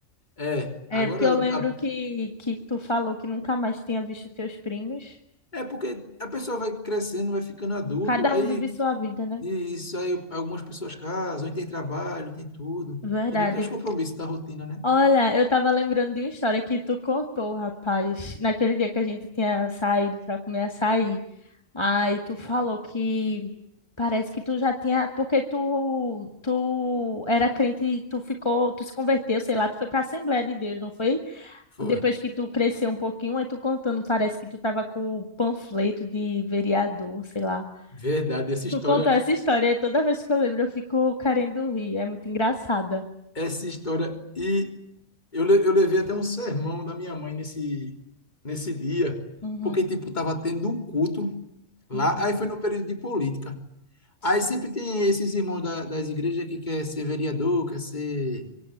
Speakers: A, on the left; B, on the left.
A: É, agora.
B: É porque eu lembro
A: a-
B: que, que tu falou que nunca mais tinha visto teus primos.
A: é porque a pessoa vai crescendo, vai ficando adulto.
B: Cada
A: Aí,
B: um vive sua vida, né?
A: e isso aí, algumas pessoas casam, aí tem trabalho, tem tudo.
B: Verdade.
A: Entendeu? Tem os compromissos da rotina, né?
B: Olha, eu tava lembrando de uma história que tu contou, rapaz, naquele dia que a gente tinha saído pra comer açaí. Aí tu falou que parece que tu já tinha, porque tu tu era crente, e tu ficou, tu se converteu, sei lá, tu foi para a Assembleia de Deus, não foi?
A: Foi.
B: Depois que tu cresceu um pouquinho, aí tu contando, parece que tu tava com o panfleto de vereador, sei lá.
A: Verdade, essa história.
B: Tu conta essa história, e toda vez que eu lembro eu fico querendo rir, é muito engraçada.
A: Essa história. E Eu, le- eu levei até um sermão da minha mãe nesse, nesse dia,
B: Uhum,
A: porque, tipo, tava tendo um culto lá,
B: uhum.
A: aí foi no período de política.
B: Sim.
A: Aí sempre tem esses irmãos da- das igrejas que quer ser vereador, quer ser,